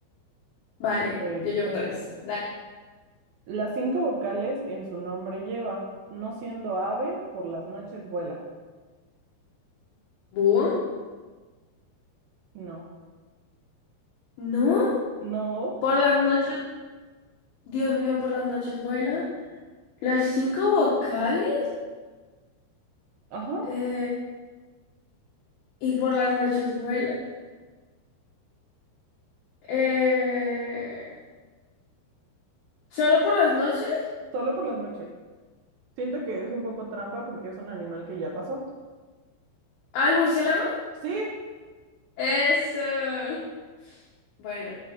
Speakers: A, on the left; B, on the right.
A: Vale,
B: Ok,
A: yo llevo
B: a
A: tres.
B: ver.
A: Dale.
B: Las cinco vocales en su nombre lleva, no siendo ave, por las noches vuela.
A: ¿Búho?
B: No.
A: ¿No?
B: No.
A: Por las noches, Dios mío, por las noches vuela. ¿Las cinco vocales?
B: Ajá,
A: Eh, y por las noches vuela. Eh, ¿solo por las noches?
B: solo por las noches. Siento que es un poco trampa porque es un animal que ya pasó.
A: Al murciélago?
B: Sí,
A: Es... eh, Bueno,